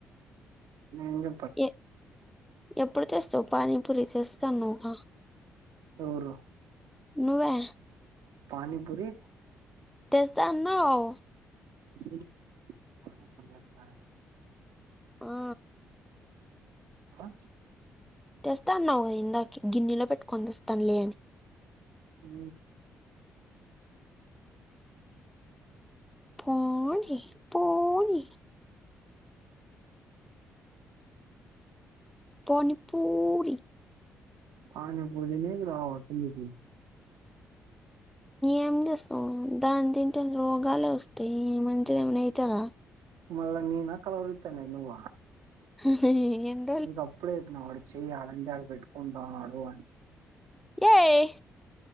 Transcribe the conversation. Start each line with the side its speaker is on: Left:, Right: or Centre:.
Right: నేగ్ డ్
Centre: ఎ ఎప్పుడు తెస్తావు్ పానీపూరి తెస్తాన్వగా
Right: ఎవరు
Centre: నువ్వే
Right: పని పూరి
Centre: తెస్తాన్నావ్
Right: తిను పానీపూరి తెత
Centre: ఆ
Right: అ
Centre: తెస్తానున్నావ్వు ఇందాకే గిన్నెలో పెట్టుకొని తెస్తాను లే అని
Right: ఉ
Centre: పోనీ పుని పనీపూరి
Right: పని పూరి తినేకి రావ కిందికి
Centre: ఏమి చేస్తాం దాని తింటే రోగాలే వస్తాయి మంచిది ఏమన్నా ఐతదా
Right: మళ్ల్ నీనా నా కలవరితానే నువ్వ
Centre: హ ఎన్
Right: నీక్ అప్పుడే చెప్పిన వడు చెయ్యి యడంటే అడా పెట్టుకుంటున్నాడు అని
Centre: ఎయ్